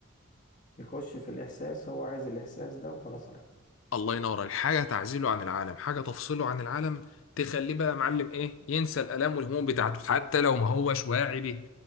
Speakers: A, on the left; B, on the left.
A: يخش في الإحساس هو عايز الإحساس ده وخلاص على كده
B: الله ينور عليك. حاجه تعزله عن العالم حاجه تفصله عن العالم تخليه بقى يا معلم ايه ينسى الالام والهموم بتاعته حتى لو ما هوش واعي بيه